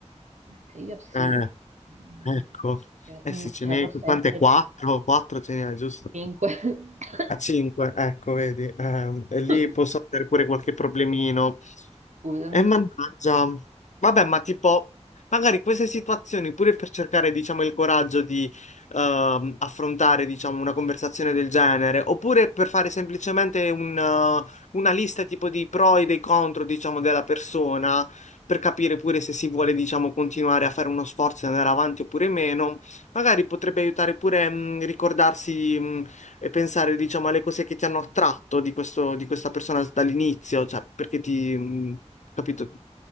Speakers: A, on the right; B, on the left.
A: Mentre io sì,
B: eh.
A: mm,
B: Ecco,
A: ce
B: eh
A: mm,
B: sì, ce
A: ce
B: n'è,
A: l'avrò sempre
B: quante? Quattro, quattro ce n'è, giusto?
A: 5. <coughs>
B: A cinque, ecco, vedi, ehm, e lì
A: <laughs>
B: posso avere pure qualche problemino.
A: Scusami.
B: E mannaggia, vabbè, ma tipo, magari queste situazioni, pure per cercare, diciamo, il coraggio di ehm, affrontare, diciamo, una conversazione del genere, oppure per fare semplicemente un, eh, una lista tipo di pro e dei contro, diciamo, della persona, per capire pure se si vuole, diciamo, continuare a fare uno sforzo e andare avanti oppure meno, magari potrebbe aiutare pure mh, ricordarsi mm, e pensare, diciamo, alle cose che ti hanno attratto di questo, di questa persona dall'inizio, cioè perché ti, mh, capito,